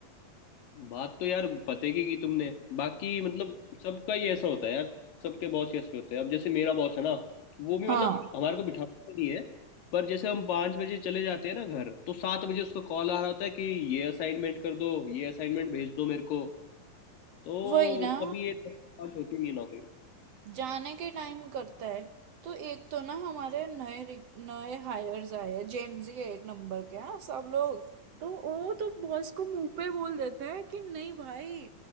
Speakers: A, on the left (about 75°); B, on the right (about 60°).
A: बात तो यार पते की की तुमने बाकी मतलब सबका ही ऐसा होता है यार सबके बॉस ही ऐसे होते हैं अब जैसे मेरा बॉस है ना वो भी
B: हाँ
A: मतलब हमारे को बिठाता तो नहीं है पर जैसे हम पाँच बजे चले जाते हैं ना घर तो सात बजे उसका कॉल आ रहा होता है कि ये असाइनमेंट कर दो ये असाइनमेंट भेज दो मेरे को तो
B: वही ना
A: कभी ये दस से पाँच होती नहीं है नौकरी
B: जाने के टाइम करता है तो एक तो ना हमारे नए रिक- नए हायर्स आए हैं जेनजी है एक नंबर के हाँ सब लोग तो वो तो बॉस को मुंह पे बोल देते हैं कि नहीं भाई